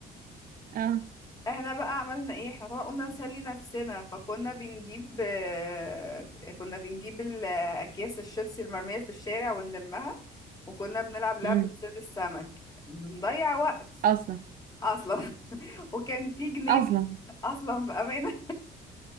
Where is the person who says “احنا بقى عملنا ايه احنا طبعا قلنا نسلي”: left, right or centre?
Left